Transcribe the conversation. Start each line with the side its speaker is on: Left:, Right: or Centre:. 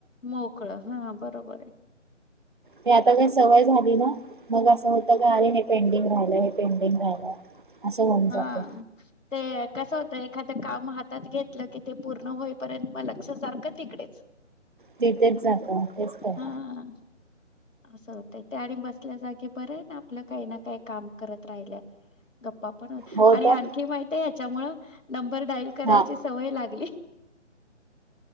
Left: मोकळं हा बरोबर आहे
Right: ते आता काय सवय झाली ना. मग असं होतं ना अरे हे पेंडिंग राहिलं. हे पेंडिंग राहिलं असं होऊन
Left: हा
Right: जातं
Left: ते कसं होतं एखादं काम हातात घेतलं. की ते पूर्ण होईपर्यंत म लक्ष सारखे तिकडेच
Right: तिथेच जात तेच तर
Left: हा असं होतय ते आणि बस ल्या जागी बरं आहे ना आपलं काही ना काही काम करत राहिल गप्पा पण
Right: हो
Left: आणि
Right: तर
Left: आणखी माहित्यांय हयात. त्यामुळं नंबर डाईल करायची
Right: हा
Left: सवय लागली